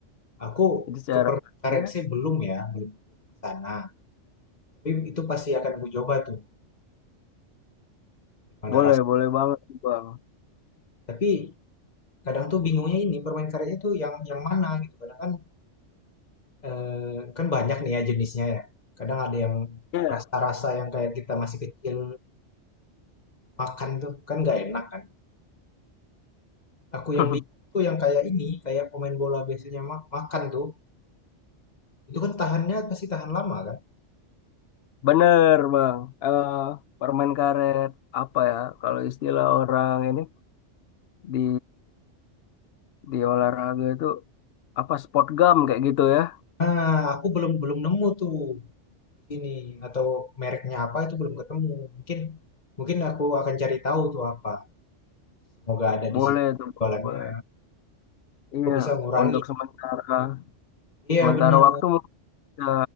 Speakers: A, on the left; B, on the left.
A: Aku
B: jadi secara
A: ke permen karet
B: ya
A: sih belum ya, belum belum ke sana. Tapi itu pasti akan ku coba tuh gimana
B: boleh
A: rasanya.
B: boleh banget bang
A: Tapi kadang tuh bingungnya ini permen karet itu yang yang mana gitu. Kadang kan eh, kan banyak nih ya jenisnya ya. Kadang ada yang
B: Iya.
A: rasa-rasa yang kayak kita masih kecil makan tuh kan nggak enak kan. Aku
B: <laughs>
A: yang bingung tuh yang kayak ini, kayak pemain bola biasanya ma- makan tuh. Itu kan tahannya pasti tahan lama kan.
B: bener bang Eh permen karet apa ya kalau istilah orang ini di di olahraga itu apa sport gum kayak gitu ya
A: Nah, aku belum belum nemu tuh di sini atau mereknya apa itu belum ketemu. Mungkin mungkin aku akan cari tahu tuh apa. Semoga ada
B: boleh
A: di sini
B: tuh
A: jualannya.
B: boleh
A: Semoga
B: iya
A: bisa ngurangi.
B: untuk sementara
A: Iya
B: Sementara
A: benar.
B: waktu mungkin kita